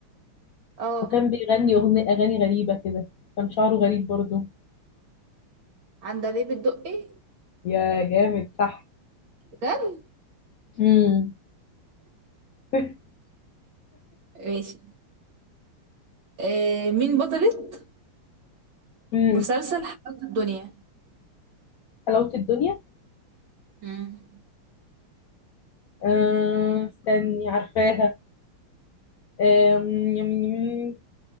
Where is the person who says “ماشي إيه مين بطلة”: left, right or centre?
Right